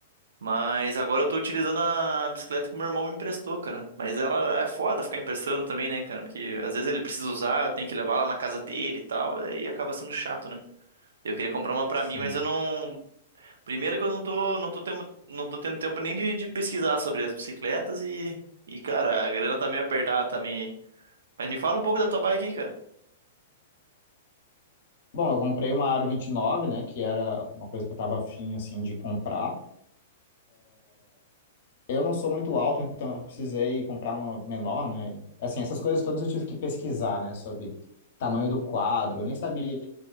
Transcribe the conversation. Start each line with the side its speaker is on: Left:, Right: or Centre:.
Right: Mas agora eu tô utilizando a bicicleta que meu irmão me emprestou, cara. Mas ela é foda ficar emprestando também, né, cara? Porque às vezes ele precisa usar, eu tenho que levar lá na casa dele e tal, aí acaba sendo chato, né? Eu queria comprar uma pra
Left: assim.
Right: mim, mas eu não. Primeiro que eu não tô, não tô tendo, não tô tendo tempo nem de, de pesquisar sobre as bicicletas e, e, cara, a grana tá meio apertada também aí. Mas me fala um pouco da tua bike aí, cara.
Left: Bom, eu comprei uma Aro 29, né? Que era uma coisa que eu tava afim, assim, de comprar. Eu não sou muito alto, então eu precisei comprar uma menor, né? Assim, essas coisas todas eu tive que pesquisar, né? Sobre tamanho do quadro. Eu nem sabia